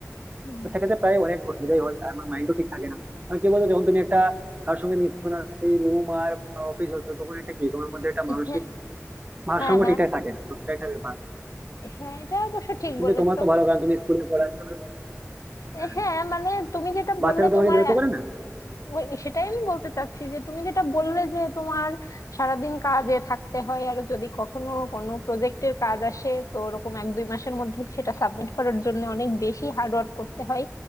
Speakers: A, on the left; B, on the right.
A: হুম,
B: তো সেক্ষেত্রে প্রায় অনেক অসুবিধাই হয় আর আমার মাইন্ডও ঠিক থাকে না কারণ কি বলতো যখন তুমি একটা কার সঙ্গে মিশছো না সেই রুম আর অফিস হচ্ছে তখন একটা কি তোমার মধ্যে একটা মানসিক
A: হ্যাঁ
B: ভারসাম্য
A: হ্যাঁ হ্যাঁ
B: ঠিকঠাক থাকে না তো সেটা একটা ব্যাপার
A: হ্যাঁ এটা অবশ্য ঠিক
B: কিন্তু
A: বলেছো
B: তোমার তো ভালো কারণ তুমি স্কুলে পড়াশোনা
A: এ,
B: হ্যাঁ,
A: হ্যাঁ মানে তুমি যেটা
B: বাচ্চারা
A: বললে
B: তোমাকে
A: তোমার
B: বিরক্ত করে না
A: ওই সেটাই আমি বলতে চাচ্ছি যে তুমি যেটা বললে যে তোমার সারাদিন কাজে থাকতে হয় আর যদি কখনো কোনো প্রজেক্টের কাজ আসে তো ওরকম এক দুই মাসের মধ্যে সেটা সাবমিট করার জন্য অনেক বেশি হার্ড ওয়ার্ক করতে হয়